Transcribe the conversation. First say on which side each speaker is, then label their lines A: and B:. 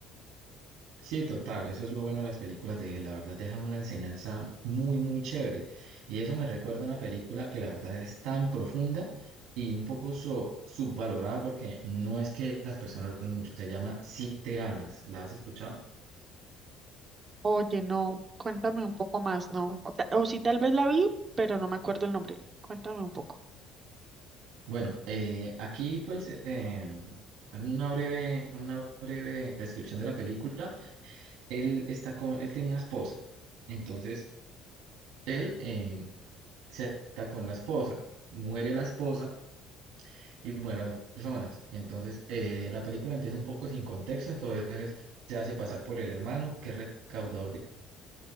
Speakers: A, on the right; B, on the right.
A: Sí, total, eso es lo bueno de las películas de él, la verdad dejan una enseñanza muy, muy chévere. Y eso me recuerda a una película que la verdad es tan profunda y un poco so- subvalorada porque no es que las personas lo hagan mucho, se llama Siete Almas, ¿la has escuchado?
B: Oye, no, cuéntame un poco más, ¿no? O, ta- o sí, tal vez la vi, pero no me acuerdo el nombre. Cuéntame un poco.
A: Bueno, eh, aquí pues eh, en una breve, una breve descripción de la película, él está con, él tiene una esposa, entonces él eh, se está con la esposa, muere la esposa y mueron personas. Entonces, eh, la película empieza un poco sin contexto, entonces se hace pasar por el hermano, que es recaudador de